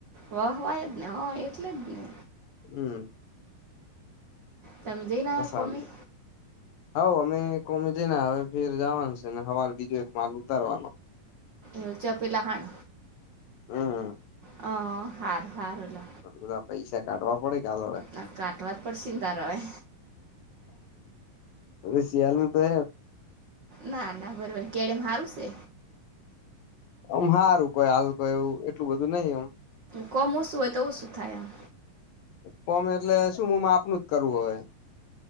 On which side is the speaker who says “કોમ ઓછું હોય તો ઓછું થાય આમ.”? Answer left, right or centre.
Right